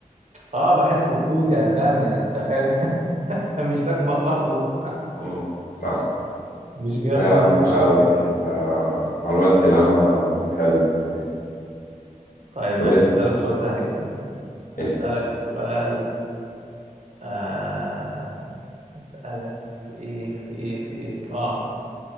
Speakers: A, on the right (about 55°); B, on the left (about 85°).
A: اه بحس التوت يعني فاهم يعني تخيل كده <laughs> مش راكبة خالص
B: مم، صح
A: مش جاية
B: لا
A: خالص
B: يا عم ما
A: معاهم
B: شاء الله عليك انت معلوماتك العامة حلو كويس
A: طيب
B: طب
A: ماشي هسألك سؤال سهل جدا هسألك
B: اسم
A: سؤال آه هسألك في ايه في ايه في ايه اه